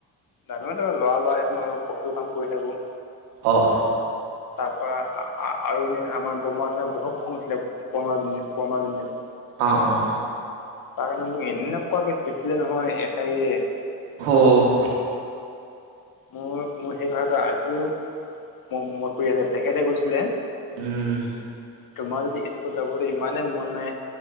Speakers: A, on the left; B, on the right.
A: ডাঙৰ ডাঙৰ ল'ৰা ল'ৰা সেইবোৰৰ লগত কঠোৰ কাম কৰি থাকোঁ।
B: অ', অ'।
A: তাৰপা আ-আ-আৰু এদিন আমাৰ বমাহঁতৰ বহুত খং উঠিলে। বমাজনীৰ বৰমাজনীৰ অ'।
B: অ', অ'।
A: তাৰ কাৰণে মোক এনেকুৱাকে পিটিলে নহয় এচাৰিৰে।
B: অ'।
A: মোৰ মোৰ সেই কথাটো আজিও ম-মত পৰি আছে, তেখেতে কৈছিলে
B: হুম।
A: তোমাৰ যদি স্কুল যাবলৈ ইমানেই মন নাই